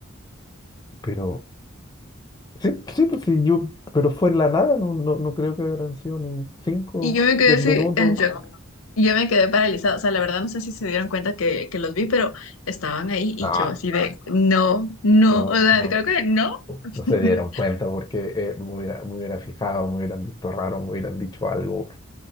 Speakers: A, on the left (about 20°); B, on the left (about 80°).
A: Pero sí, sí, pues sí, yo, pero fue en la nada, no, no, no creo que habrán sido ni cinco,
B: Y yo me quedé
A: diez
B: así
A: minutos.
B: en shock. Y yo me quedé paralizada. O sea, la verdad no sé si se dieron cuenta que, que los vi, pero estaban ahí y
A: No,
B: yo así de, no, no,
A: no,
B: o sea,
A: no,
B: creo que no. <laughs>
A: no se dieron cuenta porque eh, me hubiera, me hubiera fijado, me hubieran visto raro, me hubieran dicho algo.